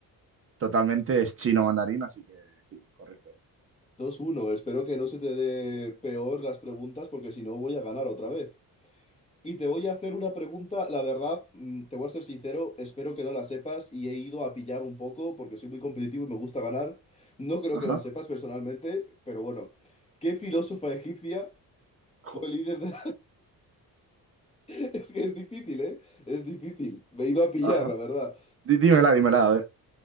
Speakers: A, on the right; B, on the left.
A: Totalmente es chino mandarín, así que sí, correcto.
B: Dos uno. Espero que no se te dé peor las preguntas porque si no voy a ganar otra vez. Y te voy a hacer una pregunta, la verdad, mm, te voy a ser sincero, espero que no la sepas y he ido a pillar un poco porque soy muy competitivo y me gusta ganar. No creo
A: Ajá.
B: que la sepas personalmente, pero bueno, ¿qué filósofa egipcia
A: Joder,
B: fue líder de... <laughs> Es que es difícil, ¿eh? Es difícil. Me he ido a pillar,
A: Ajá.
B: la verdad.
A: Dí- Dímela, dímela, a ver.